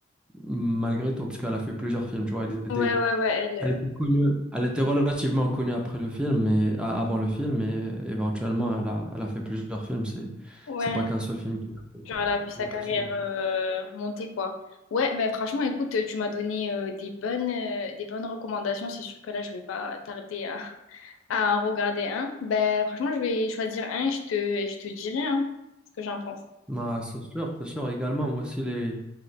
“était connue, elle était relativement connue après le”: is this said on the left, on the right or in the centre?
Centre